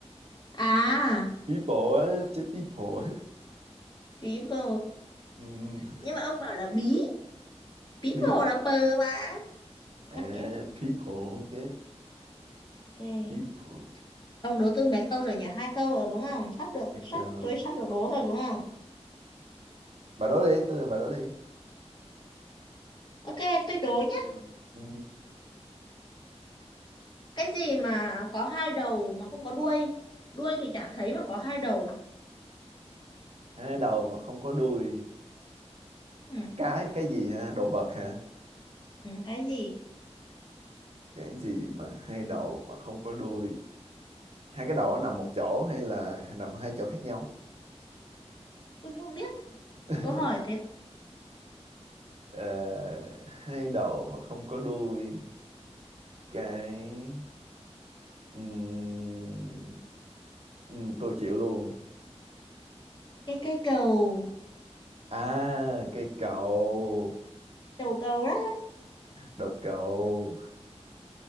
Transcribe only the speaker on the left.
à
bí bồ
nhưng mà ông bảo là bí bí
bồ là pờ mà
ok
ok
ông đố tôi mấy câu rồi nhỉ hai câu rồi đúng không sắp được
sắp
tôi sắp được đố rồi đúng không
ok tôi đố nhé
cái gì mà có hai đầu mà không có đuôi đuôi thì chả thấy mà có hai đầu
ừ.
ừ, cái gì
tôi không biết
câu hỏi thế
cái cây cầu
đầu cầu đó